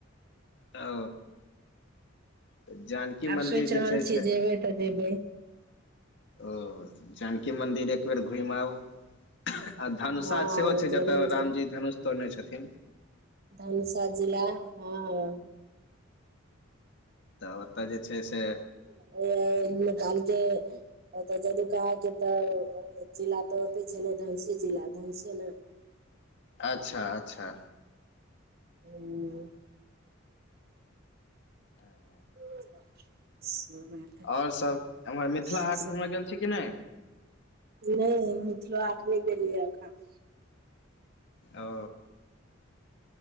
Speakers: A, on the left; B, on the right.
A: ओ तऽ जानकी
B: आब
A: मन्दिर
B: सोचि रहल
A: जे छै
B: छियै
A: से <inaudible>
B: जेबै तऽ जेबै
A: ओ जानकी मन्दिर एकबेर घुम आउ आ धनुषा
B: हँ
A: सेहो छै
B: जरूर
A: जत रामजी धनुष तोड़ने छथिन
B: धनुसा जिला हऽ
A: तऽ ओतय जे छै से
B: <unintelligible> ओ तऽ जदुकाहा कऽ तऽ जिला तऽ ओते छै ने धनसी जिला धनसे ने
A: अच्छा अच्छा
B: <unintelligible>
A: <unintelligible>
B: <unintelligible>
A: और सब एम्हर मिथिला
B: से
A: हाट घूमय गेल छियै कि नै
B: नै मिथिलो हाट नै गेलियै एखन
A: ओ